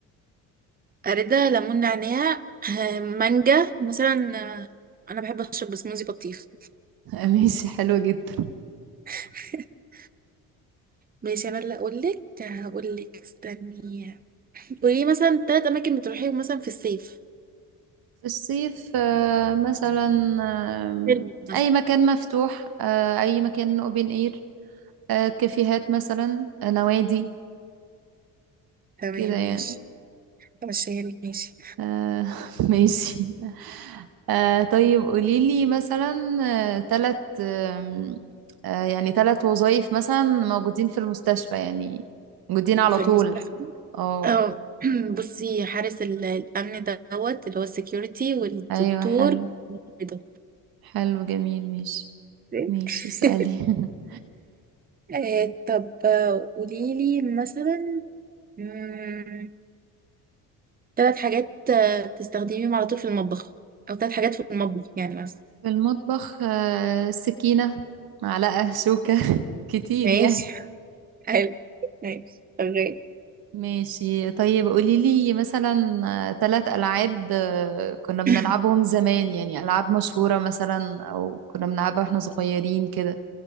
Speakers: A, on the right; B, on the right.
A: أريدة ليمون نعناع آه، مانجا مثلا آه، أنا بحب أشرب سموزي بطيخ
B: <laughs> ماشي حلو جدا
A: <laughs> ماشي أنا اللي أقولك هقولك استني قولي مثلا تلات أماكن بتروحيهم مثلا في الصيف
B: في الصيف آه، مثلا آم،
A: فيلم مثلا
B: أي مكان مفتوح آه، أي مكان open air آه، كافيهات مثلا آه، نوادي
A: تمام
B: كده يعني
A: ماشي أمشيها لك ماشي
B: آه <laughs> ماشي آه طيب قوليلي مثلا آه تلت آم، آه يعني تلت وظائف مثلا موجودين في المستشفى يعني موجودين على
A: في
B: طول
A: المستشفى
B: اه
A: اه <clears throat> بصي حارس ال- الأمن دوت اللي هو السكيورتي والدكتور
B: ايوه حلو
A: كده
B: حلو جميل ماشي
A: <laughs>
B: ماشي اسألي <laughs>
A: آه طب قولي لي مثلا مم، تلات حاجات آه، تستخدميهم على طول في المطبخ او تلات حاجات في المطبخ يعني مثلا
B: في المطبخ آه سكينة معلقة شوكة <laughs> كتير
A: ماشي
B: يعني
A: <laughs> حلو ماشي شغال <clears throat>
B: ماشي طيب قولي لي مثلا ثلاث ألعاب آه، كنا بنلعبهم
A: <coughs>
B: زمان يعني ألعاب مشهورة مثلا أو كنا بنلعبها واحنا صغيرين كده